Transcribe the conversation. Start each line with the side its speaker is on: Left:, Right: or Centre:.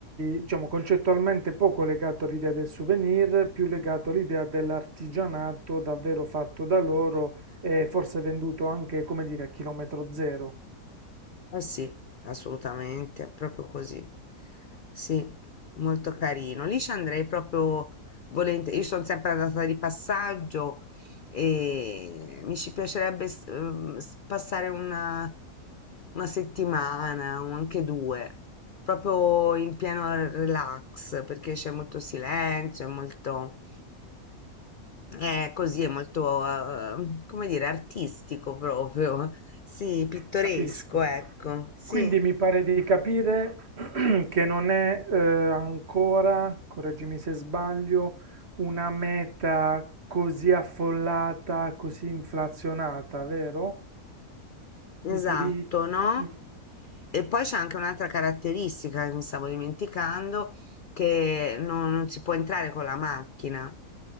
Right: diciamo, concettualmente poco legato all'idea del souvenir, più legato all'idea dell'artigianato davvero fatto da loro e forse venduto anche, come dire, a chilometro zero.
Left: Eh sì, assolutamente, proprio così. Sì, molto carino. Lì ci andrei proprio volentieri. Io sono sempre andata di passaggio e mi ci piacerebbe s- ehm, s- passare una, una settimana o anche due, proprio in pieno relax, perché c'è molto silenzio, è molto... Eh, così è molto, eh, come dire, artistico proprio, sì, pittoresco,
Right: Capisco.
Left: ecco, sì,
Right: Quindi mi pare di capire <clears throat> che non è eh, ancora, correggimi se sbaglio, una meta così affollata, così inflazionata, vero?
Left: esatto,
Right: Di turismo.
Left: no?
Right: Mm.
Left: E poi c'è anche un'altra caratteristica che mi stavo dimenticando, che non, non si può entrare con la macchina,